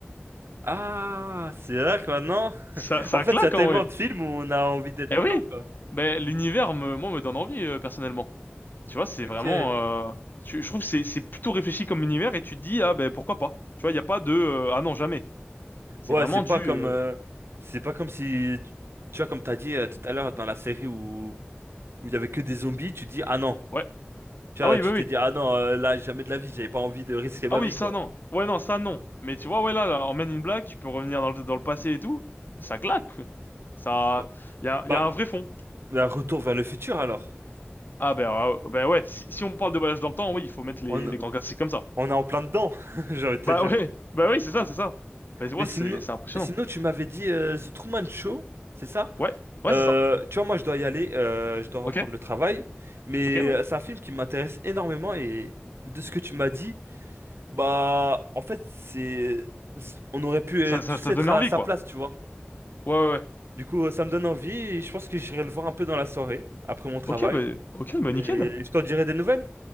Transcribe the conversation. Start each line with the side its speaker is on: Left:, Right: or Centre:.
Right: Ah, c'est vrai que maintenant,
Left: Ça, ça
Right: en fait,
Left: claque,
Right: il y a tellement
Left: en vrai.
Right: de films où on a envie d'être
Left: Eh
Right: dedans,
Left: oui!
Right: quoi.
Left: Ben, l'univers, me, moi, me donne envie, euh, personnellement. Tu vois, c'est
Right: Ok.
Left: vraiment, euh, tu- je trouve que c'est, c'est plutôt réfléchi comme univers, et tu te dis, ah, ben, pourquoi pas? Tu vois, il n'y a pas de, euh, ah non, jamais. C'est
Right: Ouais,
Left: vraiment
Right: c'est pas
Left: du,
Right: comme,
Left: euh,
Right: euh, c'est pas comme si, tu vois, comme t'as dit euh, tout à l'heure dans la série où où il y avait que des zombies, tu dis ah non,
Left: ouais.
Right: tu vois,
Left: Ah oui,
Right: tu
Left: bah oui.
Right: t'es dit ah non, euh, là jamais de la vie, j'avais pas envie de risquer ma
Left: Ah oui,
Right: vie,
Left: ça
Right: quoi.
Left: non. Ouais, non, ça non. Mais tu vois, ouais, là, là, en Men in Black, tu peux revenir dans le, dans le passé et tout. Ça claque. Ça,
Right: Ouais.
Left: il y a,
Right: Bah,
Left: y a un vrai fond.
Right: bah, retour vers le futur alors.
Left: Ah ben, ah, ben ouais, si, si on parle de voyage dans le temps, oui, il faut mettre les,
Right: On,
Left: les grands classiques comme ça.
Right: On est en plein dedans, <laughs> j'ai envie de te
Left: Bah
Right: dire.
Left: ouais, bah oui, c'est ça, c'est ça. Bah ouais,
Right: Mais sinon,
Left: c'est c'est impressionnant.
Right: sinon tu m'avais dit euh, The Truman Show, c'est ça?
Left: Ouais, ouais,
Right: Euh,
Left: c'est ça.
Right: tu vois, moi, je dois y aller, euh, je dois reprendre
Left: Ok,
Right: le travail. Mais
Left: ok, ouais.
Right: euh, c'est un film qui m'intéresse énormément et de ce que tu m'as dit, bah, en fait, c'est, c'est- on aurait pu
Left: Ça,
Right: euh, tous
Left: ça t'a
Right: être
Left: donné
Right: à
Left: envie,
Right: sa
Left: quoi.
Right: place, tu vois.
Left: Ouais, ouais, ouais.
Right: Du coup, euh, ça me donne envie et je pense que j'irai le voir un peu dans la soirée, après mon travail.
Left: Ok, bah, ok, bah
Right: Et
Left: nickel.
Right: je t'en dirai des nouvelles.